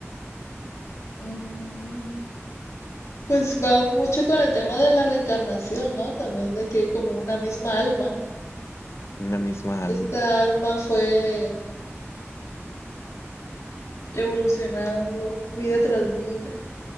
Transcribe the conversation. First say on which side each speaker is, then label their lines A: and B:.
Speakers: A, on the left (about 85°); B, on the left (about 60°).
A: Mm, Pues va mucho con el tema de la reencarnación, ¿no? También de que como una misma alma,
B: Una misma
A: esta
B: alma.
A: alma fue evolucionando vida tras vida.